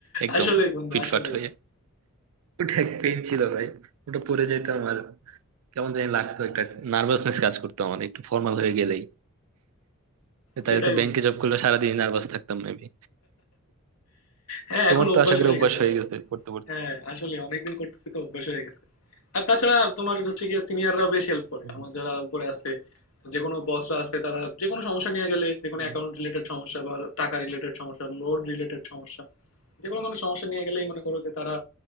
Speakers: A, on the right; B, on the left.
A: একদম
B: আসলেই বন্ধু
A: ফিটফাট
B: আসলেই
A: হয়ে ওটা এক পেন ছিল ভাই ওটা পড়ে যাইতাম আর কেমন জানি লাগতো একটা নার্ভাসনেস কাজ করতো আমার একটু ফর্মাল হয়ে গেলেই তাহলে
B: সেটাই
A: তো ব্যাংকে
B: বন্ধু
A: জব করলে সারাদিন নার্ভাস থাকতাম মেবি
B: হ্যাঁ
A: তোমার
B: এখন
A: তো
B: অভ্যাস
A: আশা করি
B: হয়ে
A: অভ্যাস
B: গেছে
A: হয়ে
B: আচ্ছা
A: গেছে পড়তে পড়তে
B: হ্যাঁ আসলে অনেকদিন করতেছি তো অভ্যাস হয়ে গেছে আর তাছাড়া তোমার হচ্ছে গিয়ে সিনিয়ররা বেশ হেল্প করে
A: হুম
B: আমার যারা উপরে আছে যে কোনো বসরা আছে তারা যে কোনো সমস্যা নিয়ে গেলে যে কোনো
A: হুম
B: অ্যাকাউন্ট রিলেটেড সমস্যা বা টাকা রিলেটেড সমস্যা লোন রিলেটেড সমস্যা যে কোনো ধরনের সমস্যা নিয়ে গেলেই মনে করো যে তারা